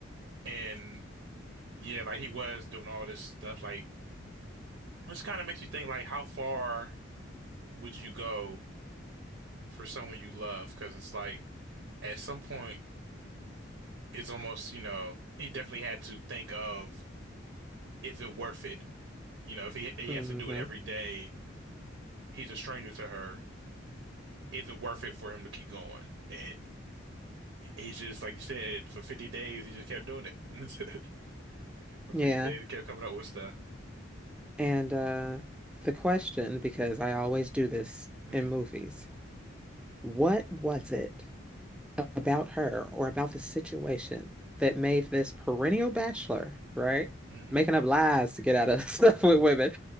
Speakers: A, on the right; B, in the centre.
A: and yeah, like he was doing all this stuff. Like, this kind of makes you think, like, how far would you go for someone you love? Because it's like at some point, it's almost you know he definitely had to think of is it worth it? You know, if he he
B: him.
A: has to do
B: hmm
A: it every day, he's a stranger to her. Is it worth it for him to keep going? And he's just, like you said, for 50 days, he just kept doing it. <laughs>
B: Yeah.
A: Video, they kept coming up with stuff.
B: And uh, the question, because I always do this
A: hmm
B: in movies, what was it about her or about the situation that made this perennial bachelor, right?
A: hmm
B: Making up lies to get out of <laughs> stuff with women.